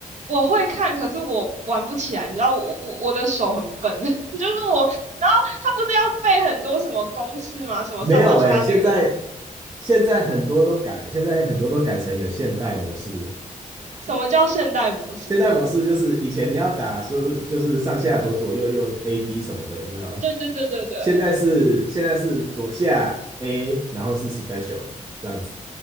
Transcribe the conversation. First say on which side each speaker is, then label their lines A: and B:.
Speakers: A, on the right; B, on the right.
A: 我会看，可是我玩不起来，你知道我我我的手很笨，<laughs> 就是我，然后他不是要背很多什么公式吗？什么上上下下那个，
B: 没有诶，现在现在很多都改，现在很多都改成有现代模式。
A: 什么叫现代模式？
B: 现代模式就是以前你要打说就是上下左左右右 A B 什么的，有没有？
A: 对对对对对，
B: 现在是现在是左下 A，然后是 special 这样子。